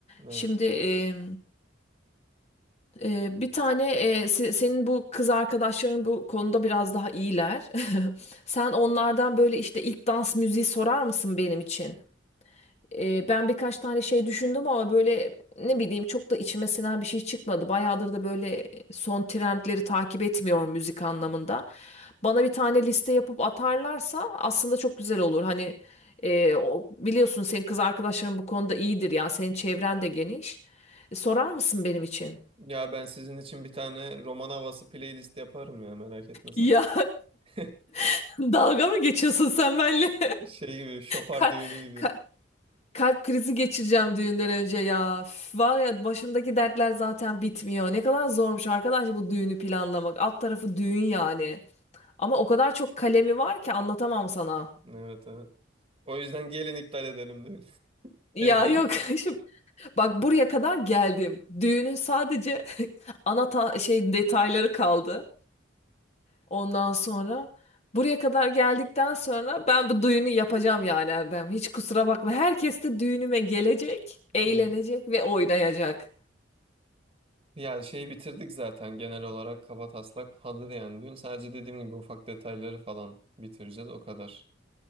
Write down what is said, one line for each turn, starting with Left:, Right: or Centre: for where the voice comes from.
Right: evet.
Left: Şimdi e, e, bir tane e, se- senin bu kız arkadaşların bu konuda biraz daha iyiler. <laughs> Sen onlardan böyle işte ilk dans müziği sorar mısın benim için? E, ben birkaç tane şey düşündüm ama böyle ne bileyim çok da içime sinen bir şey çıkmadı. Bayağıdır da böyle son trendleri takip etmiyorum müzik anlamında. Bana bir tane liste yapıp atarlarsa aslında çok güzel olur. Hani e, o, biliyorsun senin kız arkadaşların bu konuda iyidir yani senin çevren de geniş. E, sorar mısın benim için?
Right: Ya ben sizin için bir tane roman havası playlist yaparım ya merak etme sen.
Left: Ya
Right: <laughs>
Left: <laughs> dalga mı geçiyorsun sen benimle? <laughs>
Right: Şey gibi şopar
Left: Ka-
Right: düğünü gibi.
Left: ka- Kalp krizi geçireceğim düğünden önce ya. Üf, var ya başımdaki dertler zaten bitmiyor. Ne kadar zormuş arkadaş bu düğünü planlamak. Alt tarafı düğün yani. Ama o kadar çok kalemi var ki anlatamam sana.
Right: Evet evet. O yüzden gelin iptal edelim düğünü. <laughs>
Left: Ya
Right: Evlen.
Left: yok <laughs> şimdi bak buraya kadar geldim. Düğünün sadece <laughs> ana ta- şey detayları kaldı. Ondan sonra buraya kadar geldikten sonra ben bu düğünü yapacağım yani Erdem. Hiç kusura bakma. Herkes de düğünüme gelecek, eğlenecek
Right: İyi.
Left: ve oynayacak.
Right: Ya şeyi bitirdik zaten genel olarak kabataslak hazır yani düğün. Sadece dediğim gibi ufak detayları falan bitireceğiz o kadar.